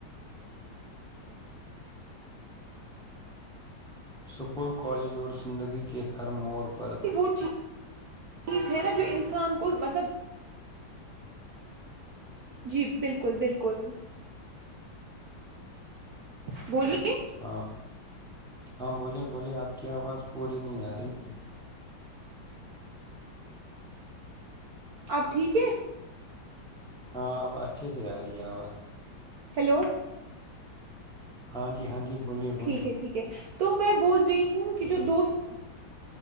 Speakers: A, in the centre; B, on the right.
A: سکول کالج اور زندگی کے ہر مور کو
B: وہ چیز چیز ہے نا جو انسان کو مطلب جی بالکل بالکل بولی
A: ہاں ہاں بولیے بولیے آپ کو کیا آواز پوری نہیں آ رہی تھی
B: آپ ٹھیک ہے
A: ہاں اب اچھے سے آ رہی ہے آواز
B: ہیلو
A: ہاں جی ہاں جی بولیے
B: ٹھیک
A: بولیے
B: ہے ٹھیک ہے تو میں بول رہی ہوں کہ جو دوست